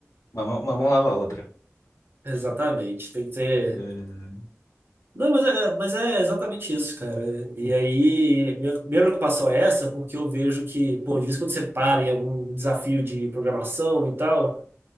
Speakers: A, on the left (about 85°); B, on the right (about 45°).
A: uma mão, uma mão lava a outra.
B: É, exatamente, tem que ter.
A: É,
B: Não, mas é, é, mas é exatamente isso, cara. E aí, minha, minha preocupação é essa, porque eu vejo que, pô, de vez em quando você para em algum desafio de programação e tal,